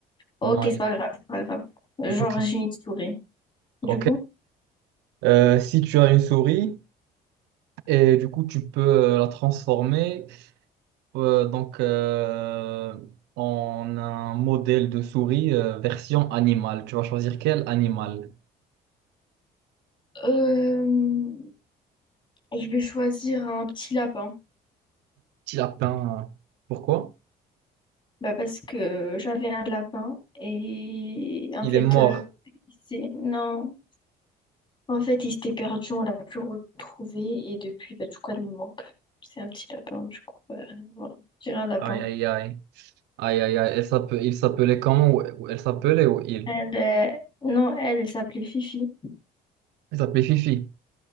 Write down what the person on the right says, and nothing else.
non,
il,
il faut que ça.
Ok.
Euh, si tu as une souris et du coup tu peux euh, la transformer euh, donc euh, en un modèle de souris euh, version animale. Tu vas choisir quel animal?
Petit lapin. euh, Pourquoi?
Il
est mort.
Aïe aïe aïe. Aïe, aïe, aïe, elle s'appel- il s'appelait comment? ou- ou Elle s'appelait ou il?
Il s'appelait Fifi,